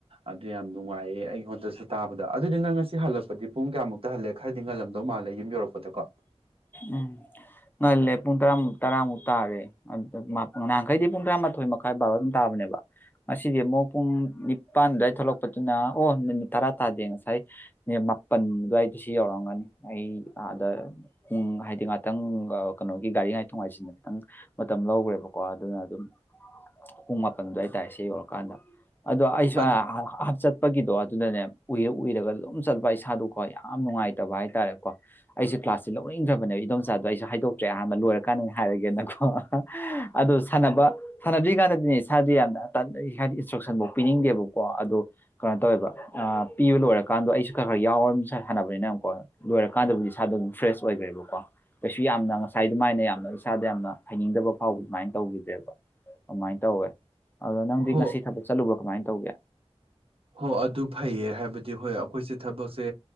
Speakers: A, on the right; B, on the left.
A: ꯑꯗꯨ ꯌꯥꯝ ꯅꯨꯡꯉꯥꯏꯌꯦ ꯑꯩꯉꯣꯟꯗꯁꯨ ꯇꯥꯕꯗ ꯑꯗꯨꯗꯤ ꯅꯪ ꯉꯁꯤ ꯍꯜꯂꯛꯄꯗꯤ ꯄꯨꯡ ꯀꯌꯥꯃꯨꯛ ꯇꯍꯜꯂꯦ ꯈꯔꯗꯤ ꯉꯜꯂꯝꯗꯧ ꯃꯥꯜꯂꯦ ꯌꯨꯝ ꯌꯧꯔꯛꯄꯗꯀꯣ
B: ꯎꯝ ꯉꯜꯂꯦ ꯄꯨꯡ ꯇꯔꯥꯃꯛ ꯇꯔꯥꯃꯨꯛ ꯇꯥꯔꯦ ꯑꯗꯨ ꯉꯍꯥꯟꯈꯩꯗꯤ ꯄꯨꯡ ꯇꯔꯥꯃꯥꯊꯣꯏ ꯃꯈꯥꯏ ꯕꯥꯔꯣ ꯑꯗꯨꯝ ꯇꯥꯕꯅꯦꯕ ꯉꯁꯤꯗꯤ ꯑꯃꯨꯛ ꯄꯨꯡ ꯅꯤꯄꯥꯟ ꯗꯥꯏ ꯊꯣꯛꯂꯛꯄꯗꯨꯅ ꯑꯣ ꯃꯤꯅꯤꯠ ꯇꯔꯥ ꯇꯥꯗꯦ ꯉꯁꯥꯏ ꯅꯦꯃꯥꯄꯟ ꯗ꯭ꯋꯥꯏꯗ ꯁꯤ ꯌꯧꯔꯝꯒꯅꯤ ꯑꯩ ꯑꯥꯗ ꯎꯝ ꯍꯥꯏꯗꯤ ꯉꯥꯇꯪ ꯀꯩꯅꯣꯒꯤ ꯒꯥꯔꯤ ꯉꯥꯏ ꯊꯣꯛ ꯉꯥꯏꯁꯤꯅ ꯈꯤꯇꯪ ꯃꯇꯝ ꯂꯧꯈ꯭ꯔꯦꯕꯀꯣ ꯑꯗꯨꯅ ꯑꯗꯨꯝ ꯄꯨꯡ ꯃꯥꯄꯟ ꯑꯗꯨꯋꯥꯏ ꯇꯥꯔꯦ ꯁꯤ ꯌꯧꯔꯀꯥꯟꯗ ꯑꯗꯨ ꯑꯩꯁꯨ
A: ꯑꯠ
B: <unintelligible> ꯍꯥꯞꯆꯠ ꯆꯠꯄꯒꯤꯗꯣ ꯑꯗꯨꯅꯅꯦ ꯎꯏꯔ ꯎꯏꯔꯒ ꯑꯗꯨꯝ ꯆꯠꯄ ꯏꯁꯥꯗꯣꯀꯣ ꯌꯥꯝ ꯅꯨꯡꯉꯥꯏꯇꯕ ꯍꯥꯏꯇꯥꯔꯦꯀꯣ ꯑꯩꯁꯦ ꯀ꯭ꯂꯥꯁ ꯁꯤ ꯂꯧꯅꯤꯡꯗ꯭ꯔꯕꯅꯦꯕ ꯏꯗꯣꯝꯆꯥꯗꯣ ꯑꯩꯁꯨ ꯍꯥꯏꯗꯣꯛꯇ꯭ꯔꯦ ꯑꯍꯥꯟꯕ ꯂꯣꯏꯔꯀꯥꯟꯗ ꯑꯣꯏꯅ ꯍꯥꯏꯔꯒꯦꯅꯀꯣ ꯑꯗꯣ ꯁꯥꯟꯅꯕ ꯁꯥꯟꯅꯗ꯭ꯔꯤ ꯀꯥꯟꯗꯗꯤꯅꯦ ꯏꯁꯥꯔꯗꯤ ꯌꯥꯝꯅ ꯇꯟ ꯍꯥꯏꯗꯤ ꯏꯟꯁꯇ꯭ꯔꯛꯁꯟꯐꯥꯎ ꯄꯤꯅꯤꯡꯗꯦꯕꯀꯣ ꯑꯗꯣ ꯀꯩꯅꯣ ꯇꯧꯋꯦꯕ ꯑ ꯄꯤꯕ ꯂꯣꯏꯔꯀꯥꯟꯗꯣ ꯑꯩꯁꯨ ꯈꯔ ꯈꯔ ꯌꯥꯎꯔ <unintelligible> ꯁꯥꯟꯅꯕꯅꯤꯅꯀꯣ ꯂꯣꯏꯔꯀꯥꯟꯗꯕꯨꯗꯤ ꯏꯁꯥꯗ ꯑꯗꯨꯝ ꯐ꯭ꯔꯦꯁ ꯑꯣꯏꯈ꯭ꯔꯦꯕꯀꯣ ꯀꯩꯁꯨ ꯌꯥꯝꯅ ꯉꯁꯥꯏ ꯑꯗꯨꯃꯥꯏꯅ ꯌꯥꯝꯅ ꯏꯁꯥꯗ ꯌꯥꯝꯅ ꯍꯩꯅꯤꯡꯗꯕ ꯐꯥꯎꯕ ꯑꯗꯨꯃꯥꯏꯅ ꯇꯧꯈꯤꯗ꯭ꯔꯦꯕ ꯑꯃꯥꯏꯅ ꯇꯧꯋꯦ ꯑꯗꯣ ꯅꯪꯗꯤ
A: ꯍꯣ
B: ꯉꯁꯤ ꯊꯕꯛ ꯆꯠꯂꯨꯕ꯭ꯔꯣ ꯀꯃꯥꯏꯅ ꯇꯧꯒꯦ
A: ꯍꯣ ꯑꯗꯨ ꯐꯩꯌꯦ ꯍꯥꯏꯕꯗꯤ ꯍꯣꯏ ꯑꯩꯈꯣꯏꯁꯦ ꯊꯕꯛꯁꯦ